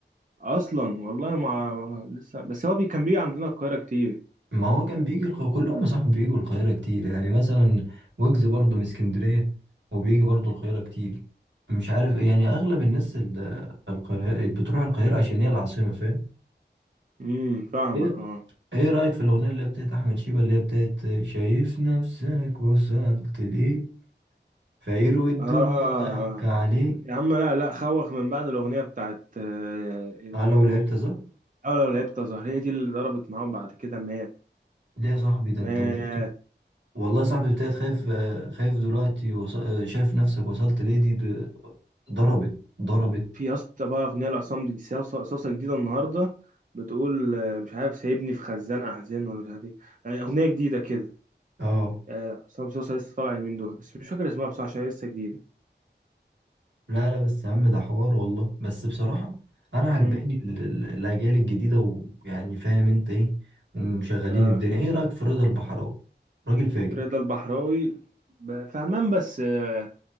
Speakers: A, on the right; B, on the right.
A: اصلا والله ما ما- لسه بس هو بي كان بيجي عندنا القاهره كتير
B: ما هو كان بيجي الق... كلهم يا صاحبي بيجوا القاهره كتير يعني مثلا ويجز برضه من اسكندريه وبيجي برضه القاهره كتير مش عارف يعني اغلب الناس ال- القاهره بتروح القاهره عشان هي العاصمه فاهم
A: امم فاهمك
B: ايه
A: اه
B: ايه رايك في الاغنيه اللي هي بتاعت احمد شيبه اللي هي بتاعت شايف نفسك وصلت لايه فيروي الدنيا
A: آه
B: ضحك
A: آه.
B: عليه
A: يا عم لا لا خوخ من بعد الأغنية بتاعت آه،
B: اه لو لعبت صح
A: أو لو لعبت أزهر هي دي اللي ضربت معاه وبعد كده مات
B: ليه يا صاحبي ده
A: مات
B: انت ما شفتش والله يا صاحبي ابتديت خايف آه، خايف دلوقتي وص... آه، شايف نفسك وصلت ليه دي د- ضربت ضربت
A: في يا اسطى بقى أغنية لعصام دي صاصة صاصة جديدة النهاردة بتقول آه، مش عارف سايبني في خزان أحزان ولا مش عارف إيه آه، أغنية جديدة كده
B: اه
A: آه، عصام صاصة لسه طالعة اليومين دول بس مش فاكر اسمها بصراحة عشان هي لسه جديدة
B: لا لا بس يا عم ده حوار والله بس بصراحة انا عجباني
A: مم.
B: ال- ال- الاجيال الجديدة ويعني فاهم انت ايه ومشغلين
A: آه،
B: الدنيا ايه رأيك في رضا البحراوي راجل فاجر
A: رضا البحراوي ب- فهمان بس آه،